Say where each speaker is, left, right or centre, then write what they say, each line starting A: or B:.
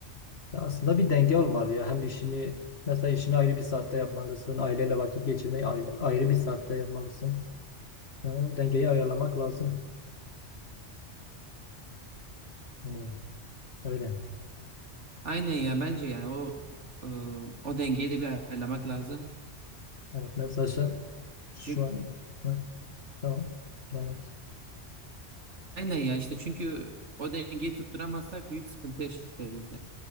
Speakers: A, on the left; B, on the right.
A: Ya aslında bir denge olmalı ya. Hem işini mesela işini ayrı bir saatte yapmalısın. Aileyle vakit geçirmeyi ayrı, ayrı bir saatte yapmalısın. Yani o dengeyi ayarlamak lazım. Hani öyle.
B: Aynen ya bence yani o e, o dengeyi de bir ayarlamak lazım.
A: Evet mesela sen şu
B: çünkü,
A: an hı, tamam. Devam et.
B: aynen ya işte çünkü o dengeyi tutturamazsak büyük sıkıntı yaşarız yani.